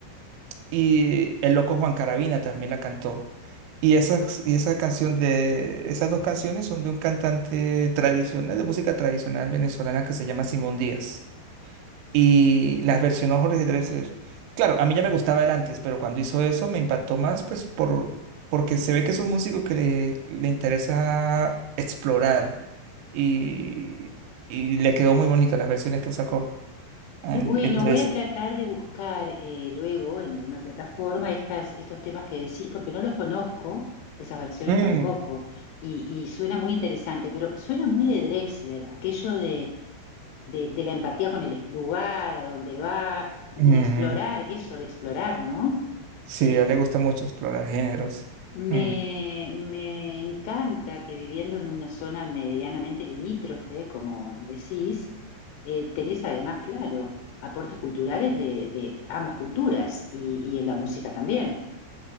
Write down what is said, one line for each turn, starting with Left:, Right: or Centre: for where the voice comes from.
Right: y el loco Juan Carabina también la cantó. Y esas, y esa canción de, esas dos canciones son de un cantante tradicional, de música tradicional venezolana que se llama Simón Díaz. y las versionó Jorge Drexler. Claro, a mí ya me gustaba él antes, pero cuando hizo eso me impactó más, pues por, porque se ve que es un músico que le, le interesa explorar y, y le quedó muy bonita las versiones que sacó el,
Left: Y bueno,
Right: el Drexler.
Left: voy a tratar de buscar eh, luego en alguna plataforma estas, estos temas que decís, porque no los conozco, esas versiones
Right: Mm,
Left: tampoco, y, y suena muy interesante, pero suena muy de Drexler, aquello de, de, de la empatía con el lugar, a dónde va, y
Right: ujú.
Left: de explorar eso, de explorar, ¿no?
Right: Sí,
Left: Este,
Right: a él le gusta mucho explorar géneros.
Left: me,
Right: Mm.
Left: me encanta que viviendo en una zona medianamente limítrofe, como decís, eh, tenés además, claro, aportes culturales de, de ambas culturas y, y en la música también.